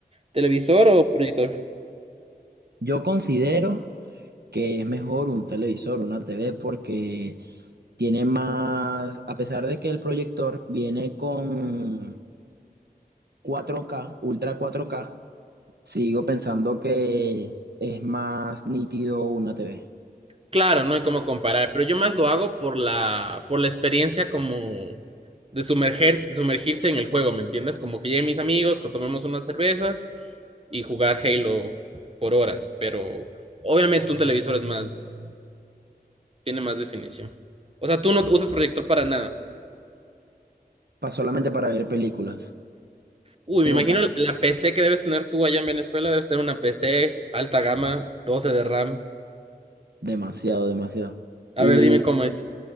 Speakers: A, on the right; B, on the right.
A: televisor o proyector?
B: Yo considero que es mejor un televisor, una TV, porque tiene más, a pesar de que el proyector viene con cuatro k Ultra cuatro k sigo pensando que es más nítido una TV,
A: Claro, no hay cómo comparar, pero yo más lo hago por la, por la experiencia como de sumerger, sumergirse en el juego, ¿me entiendes? Como que lleguen mis amigos, que tomemos unas cervezas y jugar Halo por horas, pero obviamente un televisor es más, tiene más definición. O sea, tú no usas proyector para nada.
B: pa- solamente para ver películas,
A: Uy,
B: en
A: me imagino
B: ocasión,
A: la PC que debes tener tú allá en Venezuela, debes tener una PC alta gama, 12 de RAM.
B: demasiado, demasiado.
A: A
B: Y
A: ver, dime cómo es.